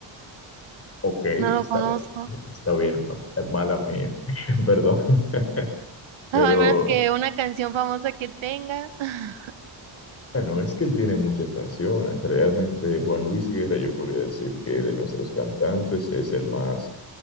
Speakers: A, on the left; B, on the right.
A: Ok,
B: no lo
A: está
B: conozco.
A: bien,
B: <laughs>
A: está bien, ma- mala mía, <laughs> perdón, <laughs> pero
B: Ah, Al menos que una canción famosa que tenga. <laughs>
A: bueno, es que él tiene muchas canciones, realmente Juan Luis Guerra yo podría decir que de nuestros cantantes es el más